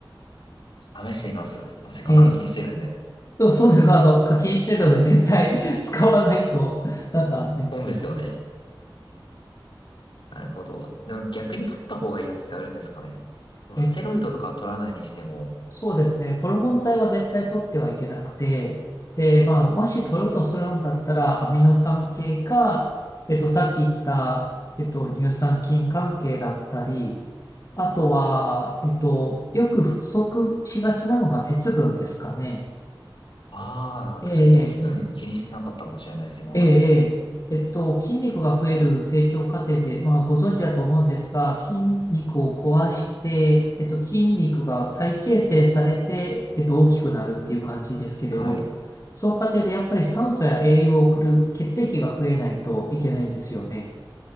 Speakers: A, on the left; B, on the left.
A: あ、試してみます。せっかく課金してるんで。
B: ええ。そうそうです。あの、課金してるので絶対
A: <laughs>
B: <laughs> 使わないと、なんかね、
A: 本ですよね。なるほど。でも逆に取った方がいいやつってあるんですかね。もうステロイドとかは取らないにしても。
B: え、そうですね。ホルモン剤は絶対取ってはいけなくて、で、まあ、もし取るとするんだったら、アミノ酸系か、えっと、さっき言った、えっと、乳酸菌関係だったり、あとは、えっと、よく不足しがちなのが鉄分ですかね。
A: ああ、
B: ええ、
A: 確かに鉄分気にしてなかったかもしれないです、今まで。
B: ええ、ええ、えっと、筋肉が増える成長過程で、まあ、ご存知だと思うんですが、筋肉を壊して、えっと、筋肉が再形成されて、えっと、大きくなるっていう感じですけれど、
A: はい。なる
B: その過程でやっぱり酸素や栄養を送る血液が増えないといけないんですよね。